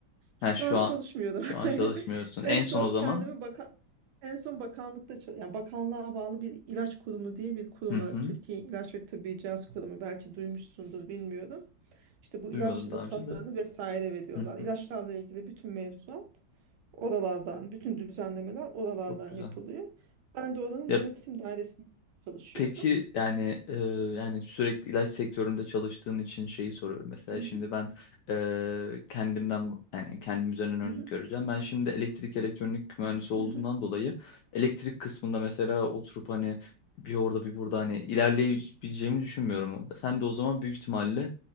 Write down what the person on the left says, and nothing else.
Ha
şu
an
şu an
çalışmıyorsun.
En
son o zaman
hı
hı.
Duymadım
daha önce de.
Hı hı.
Çok güzel.
Ya
Peki yani e, yani sürekli ilaç sektöründe çalıştığın için şeyi soruyorum. Mesela
şimdi ben e, kendimden yani kendim üzerinden örnek
vereceğim. Ben şimdi elektrik elektronik mühendisi olduğumdan
dolayı elektrik kısmında mesela oturup hani bir orada bir burada hani ilerleyebileceğimi düşünmüyorum. Sen de o zaman büyük ihtimalle